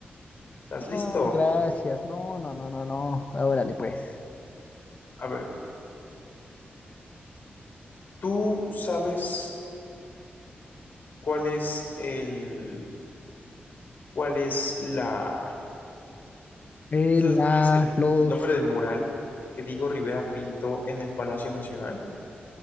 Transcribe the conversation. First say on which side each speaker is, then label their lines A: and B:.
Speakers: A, on the left (about 55°); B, on the left (about 40°).
A: ¿Estás
B: No,
A: listo?
B: gracias. No, no, no, no, no. Órale, pues.
A: A ver, ¿tú sabes? cuál es el, cuál es la,
B: Eh,
A: ¿tú sabes
B: la,
A: cuál es el,
B: los
A: el nombre del mural que Diego Rivera pintó en el Palacio Nacional?